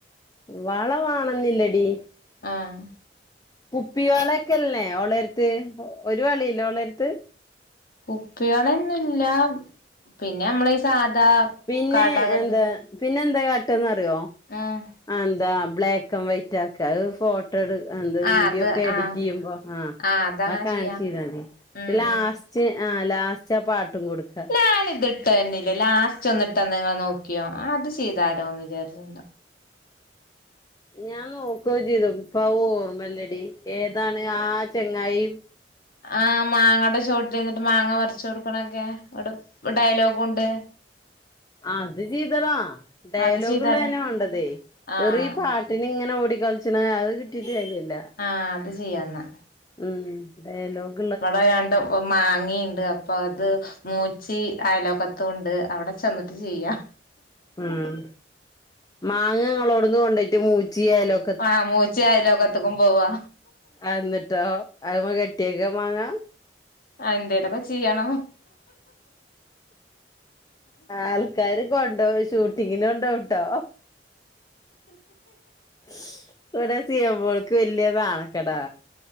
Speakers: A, on the left; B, on the left.
A: വള വാണെന്നില്ലടി
B: ആഹ്
A: കുപ്പി വളൊക്കെല്ലേ ഓളെടത് ഒരു വളയിലെ ഓളെടത്
B: കുപ്പി വളന്നൊല്ല പിന്നെ നമ്മള ഈ സാധാ
A: പിന്നെ
B: കാടാകത്തിന്റെ
A: എന്താ പിന്നെ എന്താ കാട്ടാന്നറിയോ
B: ആഹ്
A: അഹ് എന്താ ബ്ലാക്കൻവൈറ്റാക്ക അഹ് ഫോ അഹ് എന്ത വീഡിയോക്കെ
B: ആഹ് അത്
A: എഡിറ്റ്യ്യുമ്പോ
B: ആഹ്
A: ആ
B: ആഹ് അതങ്ങനെ
A: അ കാൻചിയ്താതി
B: ചെയ്യാ ഉം
A: ലാസ്
B: ഉം
A: ച് ആ ലാസ്റ്റ് ആ പാട്ടു കൊടുക്ക
B: ഞാന് ഇത്ട്ട്ന്നിലെ ലാസ്റ്റ് ഒന്നിട്ടന്ന ഇങ്ങൾ നോക്കിയോ അത് ചെയ്താലോന്ന് വിചാരിച്ചിണ്ട്
A: ഞാൻ നോക്കൊകെ ചിയ്തു ഇപ്പ അഹ് ഓർമ്മല്ലടി ഏതാണ് ആ ചെങ്ങായി
B: ആഹ് മാങ്ങടെ ചോട്ടിൽനിട്ട് മാങ്ങ പറിച്ചൊട്ക്കണൊക്കെ ടെ ഡയലോഗും ഉണ്ട്
A: അത് ചെയ്തളാ ഡയലോഗുള്ളന്നെ
B: അത് ചെയ്താലോ
A: വേണ്ടത്
B: ആ
A: വെറൂ ഈപാട്ട്
B: അത്
A: ന്നിങ്ങനെ ഓടിക്കളിച്ണത് അഹ് കിട്ടീട്ട്കാര്യല്ല
B: ആഹ് അത് ചെയ്യന്നാ
A: ഉം ഡയലോക്
B: ഇവടെ രണ്ട് മാങ്ങീണ്ട് അപ്പൊഅത് മൂച്ചി അയലോകത്തൂണ്ട് അവ്ടെ ചെന്നിട്ട്ചെയ്യ
A: ഉം മാങ്ങ ങ്ങളോട്ന്ന് കൊണ്ടൈറ്റ് മൂച്ചിയലേ
B: ആഹ് മൂച്ചിഅയലോക്കത്ത്ക്കും പോവാ
A: അന്നിട്ടോ അഹ്മ കെട്ടിയേക്ക മാങ്ങ
B: ആ എന്തേലൊകെ ചിയ്യണം
A: ആൾക്കാര് കൊണ്ടോവു ഷൂട്ടിങ്ങിന്ണ്ടോവുട്ടോ ശ് ഇവിടെ സിയമോൾക്ക് വെല്യ നാണക്കെടാ